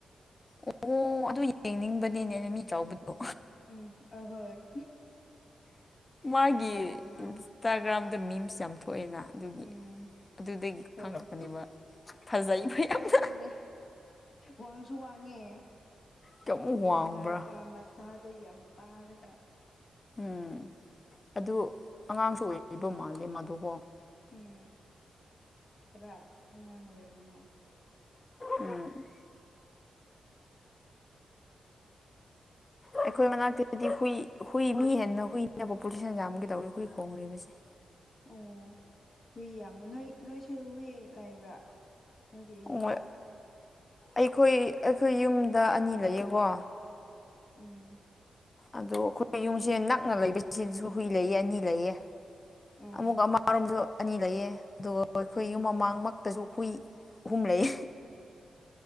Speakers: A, on the left (about 20°); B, on the left (about 40°).
A: ꯑꯣ ꯑꯗꯨ ꯌꯦꯡꯅꯤꯡꯕꯅꯤꯅꯦꯅ ꯃꯤ ꯆꯥꯎꯕꯗꯣ
B: ꯎꯝ ꯎꯝ ꯑꯍꯣꯏ
A: ꯃꯥꯒꯤ
B: ꯆꯥꯎꯕꯗꯨꯅ
A: ꯏꯟꯁꯇꯥꯒ꯭ꯔꯥꯝꯗ ꯃꯤꯝꯁ ꯌꯥꯝ ꯊꯣꯛꯑꯦꯅ ꯑꯗꯨꯒꯤ
B: ꯎꯝ
A: ꯑꯗꯨꯗꯒꯤ
B: ꯊꯣꯛꯄ
A: ꯈꯪꯂꯛꯄꯅꯦꯕ ꯐꯖꯩꯕ ꯌꯥꯝꯅ
B: ꯊꯣꯛꯄꯅꯦ ꯋꯥꯡꯁꯨ ꯋꯥꯡꯉꯦ
A: ꯀꯌꯥꯃꯨꯛ ꯋꯥꯡꯕ꯭ꯔꯥ
B: ꯋꯥꯡꯉꯔꯒ ꯃꯆꯥꯗꯣ ꯌꯥꯝ ꯄꯥꯔꯒ
A: ꯎꯝ ꯑꯗꯨ ꯑꯉꯥꯡꯁꯨ ꯑꯣꯏꯕꯤꯕ ꯃꯥꯜꯂꯦ ꯃꯗꯨꯀꯣ
B: ꯎꯝ ꯈꯔꯉꯥꯡꯉꯣꯏꯕ ꯃꯥꯂꯦ
A: ꯎꯝ ꯑꯩꯈꯣꯏ ꯃꯅꯥꯛꯇꯗꯗꯤ ꯍꯨꯏ ꯍꯨꯏ ꯃꯤ ꯍꯦꯟꯅ ꯍꯨꯏꯅꯕ ꯄꯣꯖꯤꯁꯟ ꯌꯥꯝꯒ ꯇꯧꯔ ꯍꯨꯏ ꯈꯣꯡꯔꯤꯕꯁꯦ
B: ꯑꯣ ꯍꯨꯏ ꯌꯥꯝꯕ꯭ꯔꯥ ꯅꯣꯏ ꯅꯣꯏꯁꯨ ꯍꯨꯏ ꯂꯩꯕ꯭ꯔꯥ ꯅꯣꯏꯒꯤ ꯌꯨꯝꯇ
A: ꯍꯣꯏ ꯑꯩꯈꯣꯏ ꯑꯩꯈꯣꯏ ꯌꯨꯝꯗ ꯑꯅꯤ ꯂꯩꯌꯦꯀꯣ
B: ꯎꯝ
A: ꯑꯗꯣ ꯑꯩꯈꯣꯏ ꯌꯨꯝꯁꯦ ꯅꯛꯅ ꯂꯩꯕꯁꯤꯁꯨ ꯍꯨꯏ ꯂꯩꯌꯦ ꯑꯅꯤ ꯂꯩꯌꯦ
B: ꯑꯣ
A: ꯑꯃꯨꯛ ꯑꯃꯔꯣꯝꯁꯨ ꯑꯅꯤ ꯂꯩꯌꯦ ꯑꯗꯨꯒ ꯑꯩꯈꯣꯏ
B: ꯎꯝ
A: ꯌꯨꯝ ꯃꯃꯥꯡꯃꯛ ꯇꯁꯨ ꯍꯨꯏ ꯑꯍꯨꯝ ꯂꯩ